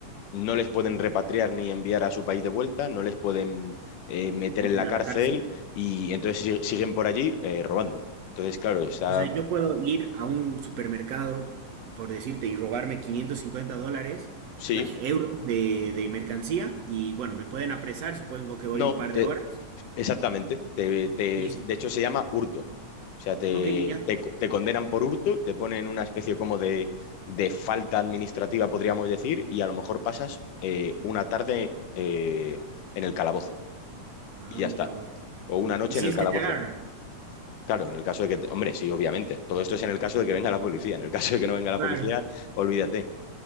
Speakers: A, on the left; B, on the right.
A: no les pueden repatriar ni enviar a su país de vuelta, no les pueden eh, meter
B: Meter
A: en la
B: a
A: cárcel
B: la cárcel.
A: y entonces sig- siguen por allí eh, robando. Entonces, claro, está...
B: O sea, yo puedo ir a un supermercado, eh, por decirte, y robarme 550 dólares,
A: Sí,
B: eh, euros de, de mercancía, y bueno, me pueden apresar, supongo que voy
A: no,
B: un par
A: te,
B: de horas,
A: Exactamente. Te, te-
B: y listo.
A: de hecho, se llama hurto. O sea, te,
B: Ok, y ya.
A: te co- te condenan por hurto, te ponen una especie como de, de falta administrativa, podríamos decir, y a lo mejor pasas eh, una tarde eh, en el calabozo
B: Ah,
A: y ya
B: mira
A: está.
B: vos.
A: O una noche
B: ¿Y si
A: en el
B: es
A: calabozo.
B: que te agarran?
A: Claro, en el caso de que, te- hombre, sí, obviamente. Todo esto es en el caso de que venga la policía. En el caso de que no venga la
B: Claro.
A: policía, olvídate.